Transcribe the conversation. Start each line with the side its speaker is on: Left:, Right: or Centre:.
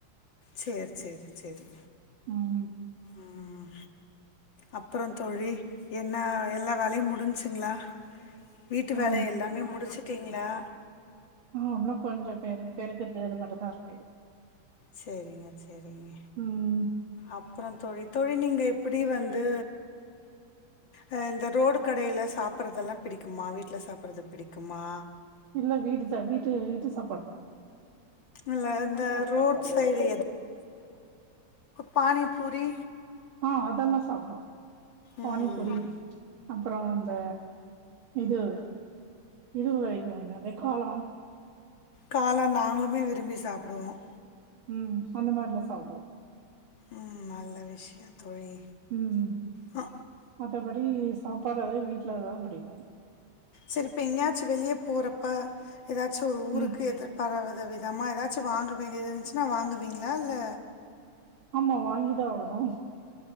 Left: சேரி சேரி சேரி
Right: உம்
Left: ம் அப்புறம் தோழி என்ன எல்லா வேலையும் முடிஞ்ச்சுங்களா வீட்டு
Right: ஆ
Left: வேல எல்லாமே முடிச்சுட்டீங்களா
Right: ஆஹ் இன்னு கொஞ்சோ பெரு பெருக்குறது அது மட்டும்தா இருக்கு
Left: சரிங்க சரிங்க
Right: உம்
Left: அப்புறம் தோழி தோழி நீங்க எப்படி வந்து ஆ இந்த ரோடு கடையில சாப்பிறதெல்லா பிடிக்குமா வீட்ல சாப்பிறது பிடிக்குமா
Right: இல்ல வீட்டு சா வீட்டு வீட்டு சா
Left: இல்லை இந்த ரோட் சைடு பானிப்பூரி
Right: ஆஹ அதெல்லாம் சாப்பிடுவோம் பானிபூரி
Left: ம்
Right: அப்புறம் அந்த இது இது வரைக்கும் இன வெக்காலன்
Left: காளான் நாங்களுமே விரும்பி சாப்பிடுவோம்
Right: உம் அந்த மாரிலாம் சாப்பிடுவோம்
Left: ம் நல்ல விஷயம் தோழி
Right: உம்
Left: அ,
Right: மத்தபடி சாப்பாடு அதே வீட்டுல அததான் பிடிக்கும்
Left: சரிப்ப எங்கயாச்சும் வெளிய போறப்ப ஏதாச்சும் ஒரு ஊருக்கு
Right: ம்
Left: எதிர்பாரதவி விதம்மா ஏதாச்சும் வாங்க வேண்டியது இருந்துச்சுன்னா வாங்குவீங்களா இல்ல
Right: ஆமா வாங்கிதான் ஆகணும்